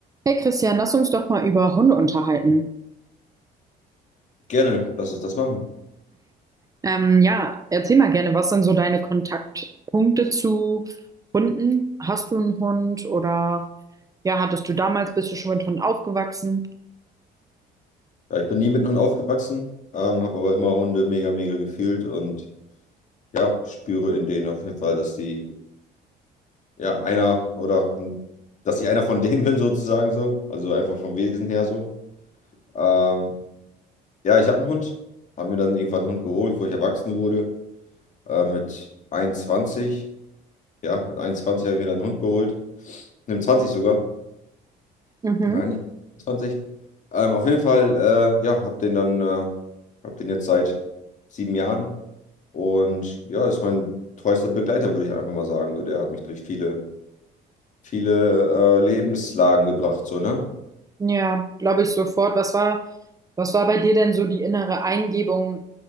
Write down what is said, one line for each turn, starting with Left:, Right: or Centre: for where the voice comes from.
Right: Hey Christian, lass uns doch mal über Hunde unterhalten.
Left: Gerne, lass uns das machen.
Right: Ähm, ja, erzähl mal gerne, was sind so deine Kontaktpunkte zu Hunden? Hast du einen Hund oder ja, hattest du damals, bist du schon mit Hunden aufgewachsen?
Left: Ja, ich bin nie mit Hunden aufgewachsen, ähm, habe aber immer Hunde mega, mega gefühlt und ja, spüre in denen auf jeden Fall, dass die, ja, einer oder dass ich einer von <laughs> denen bin sozusagen so, also einfach vom Wesen her so. Ähm, ja, ich habe einen Hund, habe mir dann irgendwann einen Hund geholt, wo ich erwachsen wurde, äh, mit 21, ja, mit 21 habe ich mir dann einen Hund geholt, mit 20 sogar.
Right: Mhm.
Left: Nein, nicht 20. Ähm, auf jeden Fall, äh, ja, hab den dann, äh, hab den jetzt seit sieben Jahren und ja, ist mein treuester Begleiter, würde ich einfach mal sagen. So, der hat mich durch viele, viele äh, Lebenslagen gebracht, so, ne?
Right: Ja, glaube ich sofort. Was war, was war bei dir denn so die innere Eingebung,